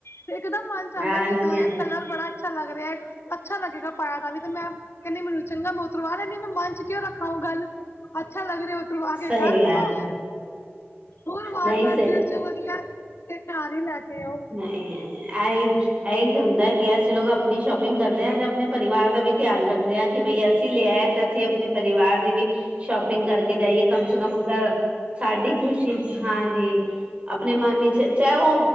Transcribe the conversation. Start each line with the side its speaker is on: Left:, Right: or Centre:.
Left: ਤੇ ਇੱਕਦਮ
Right: ਹਾਂਜੀ
Left: ਚਾਂਦਾ ਕਿ ਬਲੈਕ
Right: ਹਾਂਜੀ
Left: ਕਲਰ ਬੜਾ ਅੱਛਾ ਲੱਗ ਰੇਆ ਅੱਛਾ ਲੱਗੇਗਾ ਪਾਇਆ ਦਾ ਵੀ ਤੇ ਮੈਂ ਕਹਿੰਦੀ ਮੈਨੂੰ ਚੰਗਾ ਸਵਾ ਲੈਂਨੀ ਮੈਂ ਮਨ ਚ ਕਿਉਂ ਰੱਖਾ ਓ ਗੱਲ ਅੱਛਾ ਲੱਗ ਰੇ ਕਰਵਾ ਕੇ
Right: ਸਹੀ
Left: ਕਰ ਲਿਓ
Right: ਗੱਲ
Left: ਹੋਰ ਵਾਰ
Right: ਨਹੀਂ
Left: ਵਾਰ ਦਿਲ ਚ ਵਧੀਆ ਏ ਤੇ ਘਰ ਈ ਲੈ ਕੇ ਆਓ
Right: ਨਈ ਨਈ ਐ ਈ ਐ ਈ ਤੇ ਹੁੰਦੈ ਕਿ ਅਸੀਂ ਲੋਕ ਆਪਣੀ ਸ਼ੋਪਿੰਗ ਕਰਦੇ ਆਂ ਤੇ ਆਪਣੇ ਪਰਿਵਾਰ ਦਾ ਵੀ ਧਿਆਨ ਰੱਖਦੇ ਆਂ ਕਿ ਬਈ ਅਸੀਂ ਲੇਆ ਐ ਤੇ ਅਸੀਂ ਆਪਣੇ ਪਰਿਵਾਰ ਦੀ ਵੀ ਸ਼ੋਪਿੰਗ ਕਰਕੇ ਜਾਈਏ ਕਮ ਸੇ ਕਮ ਅਗਰ ਸਾਡੀ ਖ਼ੁਸ਼ੀ ਹਾਂਜੀ ਅਪਨੇ ਮਨ ਇਚ ਚਾਏ ਹੋ